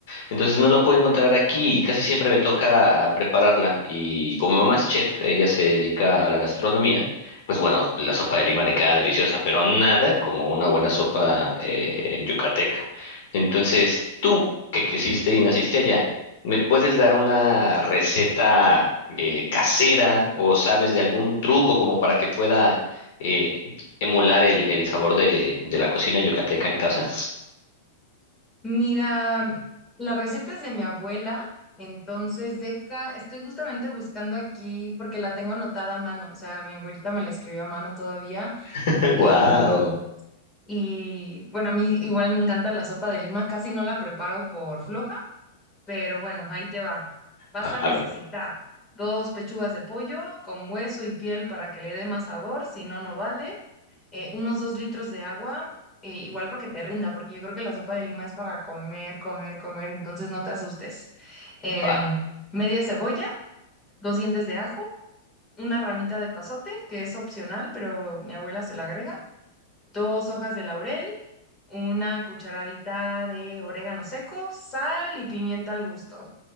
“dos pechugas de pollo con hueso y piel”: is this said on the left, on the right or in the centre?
Left